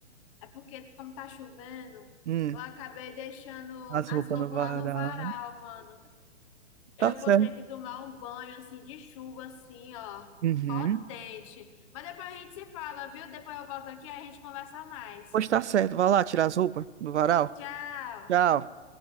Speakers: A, on the left (about 25°); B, on the right (about 65°).
A: É porque, como tá chovendo,
B: Hum,
A: eu acabei deixando
B: as
A: as
B: roupas
A: roupas
B: no varal.
A: lá no varal, mano.
B: Tá
A: Eu
B: certo.
A: vou ter que tomar um banho assim de chuva, assim, ó,
B: Uhum.
A: potente. Mas depois a gente se fala, viu? Depois eu volto aqui e a gente conversa mais.
B: Pois tá certo, vai lá tirar as roupas do varal.
A: Tchau!
B: Tchau.